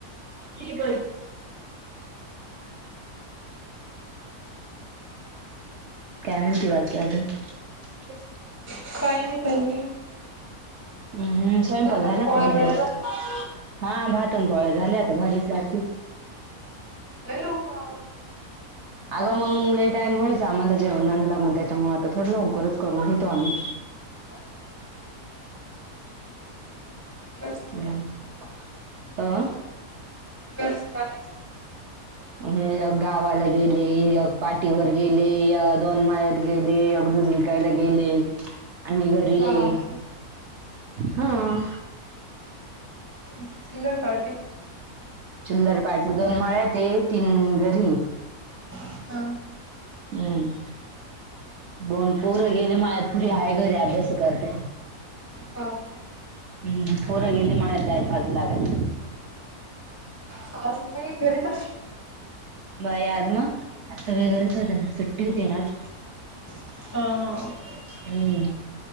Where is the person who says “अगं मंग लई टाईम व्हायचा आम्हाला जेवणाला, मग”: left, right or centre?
Right